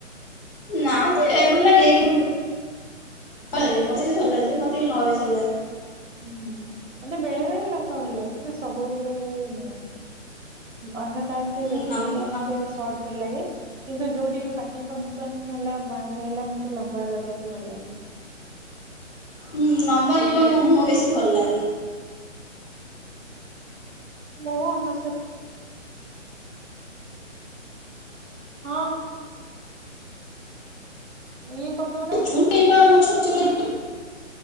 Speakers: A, on the left (about 45°); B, on the right (about 75°).
A: ନା ମତେ ଭଲ ଲାଗେ କିନ୍ତୁ ଭଲ ମତ ଭଲ ମତେ ନ ବସ ଲାଗେ।
B: ହୁଁ ହୁଁ ଏମିତି ବେଳେବେଳେ ଲମ୍ବା ଭଲ ଲାଗେ କିନ୍ତୁ ସବୁବେଳେ ନୁହଁ। ଅନ୍ୟ ଟାଇମରେ
A: ମୁଁ
B: ବେଶୀ
A: ନମ୍ବା ନ
B: ମତେ ସଟ ଭଲ ଲାଗେ କିନ୍ତୁ ଯୋଉଠି ପା ର୍ଟି ଫଙ୍କସନ ହେଲା ବାହାଘର ହେଲା ମତେ ଲମ୍ବା ଲଗେଇବାକୁ ଭଲ ଲାଗେ।
A: ହୁଁ ଲମ୍ବା ଲମ୍ବା ମୋ ମୁହଁକୁ ବେଶୀ ଭଲ ଲାଗେ।
B: ମୁହଁ ଅନୁସାରେ ହଁ। ଇଏ କରିଦଉନା।
A: ଚୁଟି ପା ମୋର ଛୋଟ ଛୋଟ ଚୁଟି।